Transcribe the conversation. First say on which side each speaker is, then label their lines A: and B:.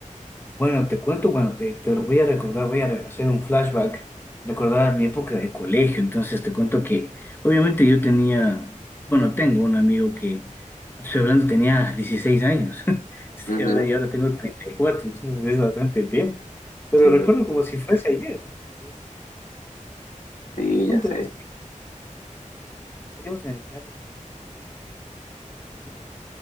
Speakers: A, on the left (about 15°); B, on the left (about 80°).
A: Bueno, te cuento, bueno, te, te voy a recordar, voy a re- hacer un flashback, recordar mi época de colegio. Entonces te cuento que, obviamente yo tenía, bueno, tengo un amigo que, estoy hablando, tenía 16 años. <laughs> Estoy
B: Ujú,
A: hablando y ahora tengo 34 entonces es bastante tiempo. Pero
B: Sí,
A: recuerdo como si fuese ayer. El
B: sí,
A: punto
B: ya sé.
A: es que teníamos en el carro el-